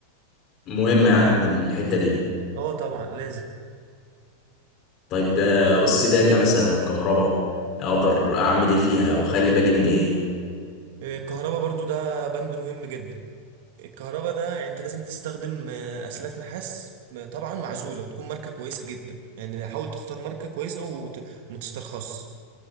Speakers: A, on the left (about 35°); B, on the right (about 50°).
A: مهمه يعني الحته دي
B: اه طبعا لازم
A: طيب ده والسباكه مثلا والكهرباء اقدر اعمل ايه فيها او اخلي بالي من ايه
B: آه، الكهرباء برضو ده بند مهم جدا الكهرباء ده يعني انت لازم تستخدم آه، اسلاك نحاس م- طبعا معزولة وتكون ماركة كويسة جدا يعني حاول تختار ماركة كويسة وت- وما تسترخصش